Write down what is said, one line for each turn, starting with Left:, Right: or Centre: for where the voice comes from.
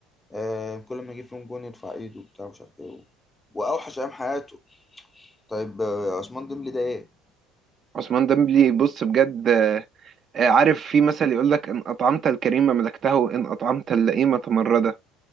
Left: آه، كل ما يجيب فيهم جون يرفع ايده وبتاع مش عارف ايه واوحش ايام حياته طيب آه، عثمان ديمبلي ده ايه؟
Right: عثمان ديمبلي بص بجد آه، آه، عارف في مثل يقول لك ان اطعمت الكريم ملكته وان اطعمت اللئيم تمرده